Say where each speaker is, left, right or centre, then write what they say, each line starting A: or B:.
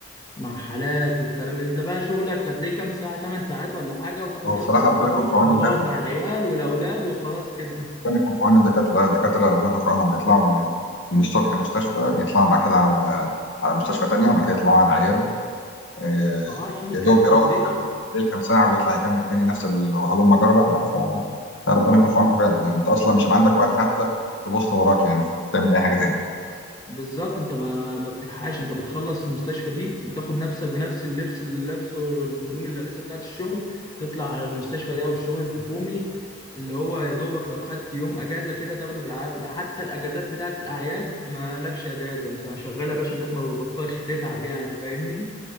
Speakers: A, on the left; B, on the left.
A: مع حالات والكلام ده انت بقى شغلك هتلاقيه كام ساعه 8 ساعات ولا حاجه وتاخد
B: هو
A: نفسك
B: بصراحه ربنا
A: وتروح
B: يكون في عون
A: وتقعد مع العيال والاولاد وخلاص كده
B: ربنا يكون في عون الدكاترة الدكاترة ربنا يكون في عونهم بيطلعوا من من الصبح مستشفى يطلعوا بعد كده على على مستشفى تانية بعد كده يطلعوا على العيادة آه،
A: اه عشان يكفي
B: يا دوب يروح
A: الدنيا
B: ينام ليل كام ساعة ويطلع يكمل تاني نفس الهلوم جرة لا ف- فربنا يكون في عونكم فعلا يعني انت اصلا مش هيبقى عندك وقت حتى تبص وراك يعني تعمل اي حاجة تاني
A: بالظبط انت ما ما ما بتلحقش انت بتخلص المستشفى دي بتاخد نفسك بنفس اللبس اللي لابسه والهدوم اللي لابسها بتاعت الشغل تطلع على المستشفى دي او الشغل الحكومي اللي هو يا دوبك لو خدت يوم اجازه كده تاخده بالعافيه ده حتى الاجازات بتاعت الاعياد ما لكش اجازه انت شغال يا باشا الناس ما بتبطلش تتعب يعني فاهمني